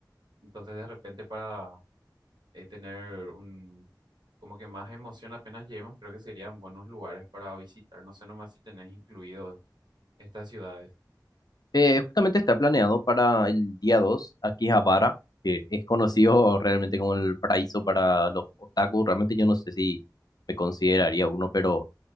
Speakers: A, on the right (about 80°); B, on the left (about 60°).
A: entonces de repente para eh, tener un... como que más emoción apenas lleguemos, creo que serían buenos lugares para visitar. No sé nomás si tenés incluido estas ciudades.
B: Eh, justamente está planeado para el día 2, Akihabara, que es conocido realmente como el paraíso para los otaku. Realmente yo no sé si me consideraría uno, pero